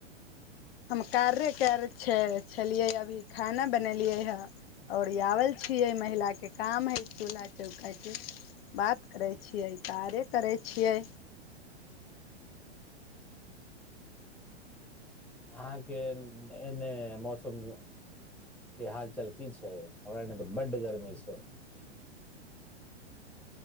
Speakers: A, on the left; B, in the centre.
A: हम कार्ये कयल छ छलियै। अभी खाना बनेलियै हे। आओर आओल छियै। महिलाके काम हइ चूल्हा चौकाके बात करै। छियै कार्ये करै छियै।
B: अहाँके एन्ने मौसमके हालचाल की छै। हमरा एन्ने तऽ बड्ड गर्मी छै।